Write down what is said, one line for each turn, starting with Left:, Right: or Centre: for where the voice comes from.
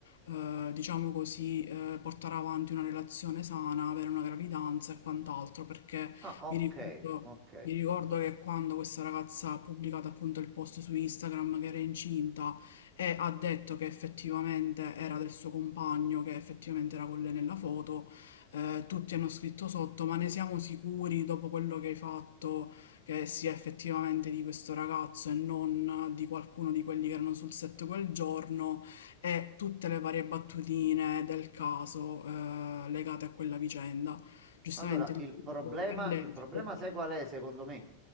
Left: eh, diciamo così, eh, portare avanti una relazione sana, avere una gravidanza e quant'altro, perché
Right: Ah,
Left: mi
Right: ok,
Left: ricordo...
Right: ok.
Left: Mi ricordo che quando questa ragazza ha pubblicato appunto il post su Instagram che era incinta, e ha detto che effettivamente era del suo compagno, che effettivamente era con lei nella foto. Eh, tutti hanno scritto sotto, ma ne siamo sicuri dopo quello che hai fatto che sia effettivamente di questo ragazzo e non di qualcuno di quelli che erano sul set quel giorno e tutte le varie battutine del caso eh, legate a quella vicenda. Giustamente
Right: Allora, il
Left: il dubbio
Right: problema,
Left: è lecito.
Right: il problema sai qual è, secondo me?